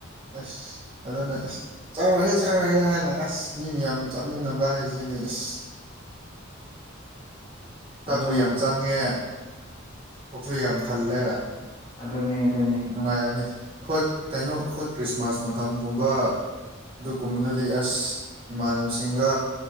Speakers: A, on the right (about 30°); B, on the left (about 30°).
A: ꯑꯁ ꯑꯗꯅ ꯑꯁ ꯆꯥꯔꯣꯍꯦ ꯆꯥꯔꯣꯍꯦ ꯍꯥꯏꯅ ꯑꯁ ꯃꯤ ꯃꯌꯥꯝ ꯆꯥꯃꯤꯟꯅꯕ ꯍꯥꯏꯁꯤꯅꯦ ꯑꯁ ꯆꯥꯛꯁꯨ
B: ꯑꯗꯨꯅꯤ
A: ꯌꯥꯝ ꯆꯪꯉꯦ ꯄꯨꯛꯁꯨ ꯌꯥꯝ ꯊꯜꯂꯦ
B: ꯑꯗꯨꯅꯤ ꯑꯗꯨꯅꯤ
A: ꯅꯨꯡꯉꯥꯏꯔꯥꯅꯤ ꯑꯩꯈꯣꯏ ꯀꯩꯅꯣ ꯑꯩꯈꯣꯏ ꯈ꯭ꯔꯤꯁꯃꯥꯁ ꯃꯇꯝꯒꯨꯝꯕ ꯑꯗꯨꯒꯨꯝꯕꯗꯗꯤ ꯑꯁ ꯏꯃꯥꯟꯅꯕꯁꯤꯡꯒ